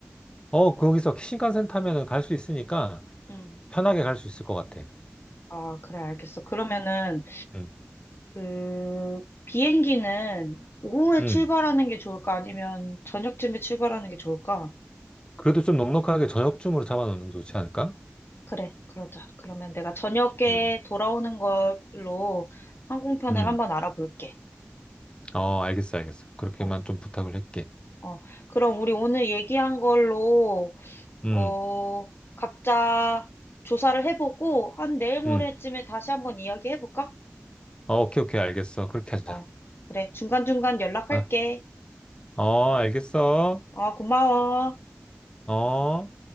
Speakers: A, on the left; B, on the left.
A: 어, 거기서 신칸센 타면은 갈 수 있으니까
B: 응.
A: 편하게 갈 수 있을 것 같아.
B: 아, 그래, 알겠어. 그러면은,
A: 음.
B: 그, 비행기는 오후에
A: 음.
B: 출발하는 게 좋을까? 아니면 저녁쯤에 출발하는 게 좋을까?
A: 그래도 좀 넉넉하게 저녁쯤으로 잡아놓는 게 좋지 않을까?
B: 그래, 그러자. 그러면 내가 저녁에
A: 음.
B: 돌아오는 걸로 항공편을
A: 음.
B: 한번 알아볼게.
A: 어, 알겠어, 알겠어. 그렇게만
B: 어,
A: 좀 부탁을 할게.
B: 어. 그럼 우리 오늘 얘기한 걸로,
A: 음.
B: 어, 각자 조사를 해보고, 한 내일 모레쯤에
A: 음.
B: 다시 한번 이야기해볼까?
A: 어, 오케이, 오케이, 알겠어. 그렇게 하자.
B: 어, 그래. 중간중간 연락할게.
A: 아, 어, 알겠어.
B: 어, 고마워.
A: 어.